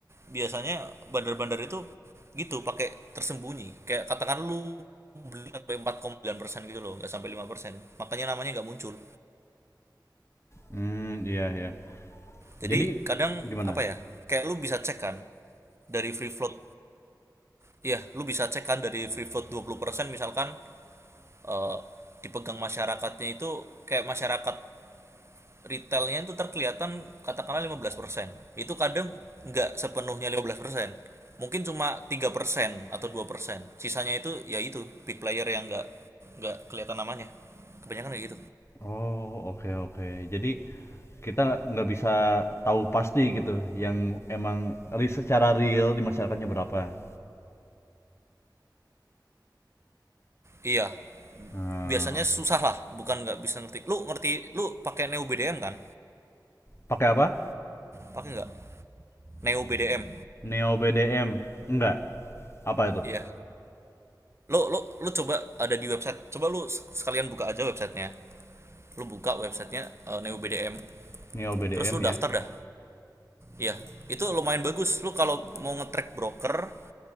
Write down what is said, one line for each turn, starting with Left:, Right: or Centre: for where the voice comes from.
Right: biasanya bandar-bandar itu gitu pakai tersembunyi kayak katakan lu beli sampai empat koma sembilan persen gitu loh nggak sampai lima persen makanya namanya nggak muncul
Left: Hmm, iya ya.
Right: jadi
Left: Jadi
Right: kadang
Left: gimana?
Right: apa ya kayak lu bisa cek kan dari free float iya lu bisa cek kan dari free float 20% misalkan eh, dipegang masyarakatnya itu kayak masyarakat retailnya itu terkelihatan katakanlah 15%. Itu kadang nggak sepenuhnya 15%. Mungkin cuma 3% atau 2%. Sisanya itu ya itu big player yang nggak nggak kelihatan namanya. Kebanyakan kayak gitu.
Left: Oh, oke oke. Jadi kita nggak bisa tahu pasti gitu yang emang ri- secara real di masyarakatnya berapa.
Right: Iya.
Left: Hmm,
Right: Biasanya susah lah, bukan nggak bisa ngerti. Lu ngerti, lu pakai Neo BDM kan?
Left: pakai apa?
Right: Pakai nggak? Neo BDM.
Left: Neo BDM. Enggak. Apa itu?
Right: Iya. Lu lu lu coba ada di website. Coba lu sekalian buka aja websitenya. Lu buka websitenya eh, Neo BDM.
Left: Neo BDM
Right: Terus lu
Left: ya.
Right: daftar dah Iya, itu lumayan bagus. Lu kalau mau nge-track broker,